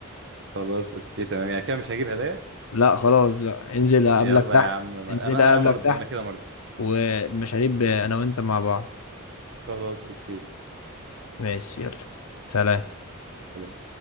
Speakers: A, on the right; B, on the left.
A: خلاص اوكي تمام يعني كده مش هجيب هدايا
B: لا خلاص بقى انزل اقابلك
A: يلا
B: تحت
A: يا عم انا
B: انزل اقابلك
A: انا مرضي
B: تحت
A: انا كده مرضي
B: والمشاريب انا وانت مع بعض
A: خلاص اوكي
B: ماشي يلا سلام
A: سلام